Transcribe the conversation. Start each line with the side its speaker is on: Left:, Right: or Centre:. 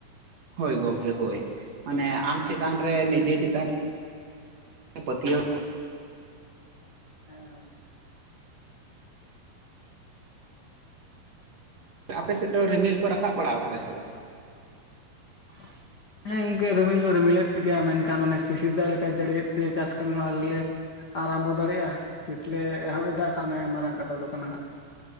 Right: ᱦᱳᱭ ᱜᱚᱝᱠᱮ ᱦᱳᱭ ᱢᱟᱱᱮ ᱟᱢ ᱪᱮᱛᱟᱱ ᱨᱮ ᱱᱤᱡᱮ ᱪᱮᱛᱟᱱ ᱼᱼ ᱯᱟᱹᱛᱭᱟᱹᱣ
Left: ᱦᱮᱸ
Right: ᱟᱯᱮᱥᱮᱫ ᱫᱚ ᱨᱤᱢᱤᱞ ᱠᱚ ᱨᱟᱠᱟᱵ ᱵᱟᱲᱟᱣ ᱟᱠᱟᱫᱟ ᱥᱮ ᱵᱟᱝ?
Left: ᱟᱨ <unintelligible> ᱦᱮᱸ ᱜᱚᱢᱠᱮ ᱨᱤᱢᱤᱞ ᱫᱚ ᱨᱤᱢᱤᱞᱮᱫ ᱜᱮᱭᱟ ᱢᱮᱱᱠᱷᱟᱱ ᱚᱱᱮ ᱥᱤᱥᱤᱨ ᱫᱟᱜ ᱞᱮᱠᱟ ᱡᱟᱹᱲᱤᱭᱮᱫ ᱛᱮ ᱪᱟᱥ ᱠᱟᱹᱢᱤ ᱦᱚᱸ ᱟᱞᱮ <unintelligible> ᱞᱮ ᱼᱼ ᱟᱨᱟᱢᱵᱚ ᱫᱟᱲᱮᱭᱟᱜᱼᱟ ᱛᱤᱥᱞᱮ ᱮᱦᱚᱵ ᱮᱫᱟ ᱠᱷᱟᱱ <unintelligible> <unintelligible> ᱢᱟᱨᱟᱝ ᱠᱟᱛᱷᱟ ᱫᱚ ᱠᱟᱱᱟ ᱦᱟᱸᱜ।